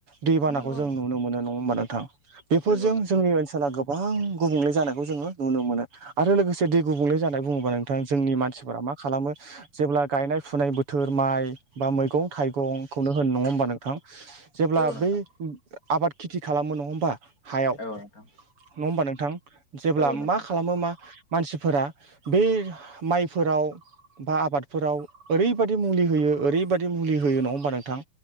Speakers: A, on the right (about 40°); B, on the left (about 25°).
A: दैबानाखौ
B: नंगौ
A: जों
B: नोंथां
A: नुनो मोनो नङा होमबा नोंथां बेफोरजों
B: नंगौ नोंथां
A: जोंनि ओनसोला गोब बां गुबुंले जानायखौ जोङो नुनो मोनो आरो लोगोसे दै गुबुंले जानाय बुङोब्ला नोंथां जोंनि मानसिफोरा मा खालामो जेब्ला गायनाय फुनाय बोथोर माइ बा मैगं थाइगंखौनो होन नङा होमबा नोंथां जेब्ला
B: औ नोंथां
A: बै आबाद खेथि खालामो नङा होमबा हायाव नङा
B: औ नोंथां
A: होमबा नोंथां जेब्ला
B: औ नोंथां
A: मा खालामो मा मानसिफोरा बे माइफोराव बा आबादफोराव ओरैबायदि मुलि होयो ओरैबायदि मुलि होयो नङा होमबा नोंथां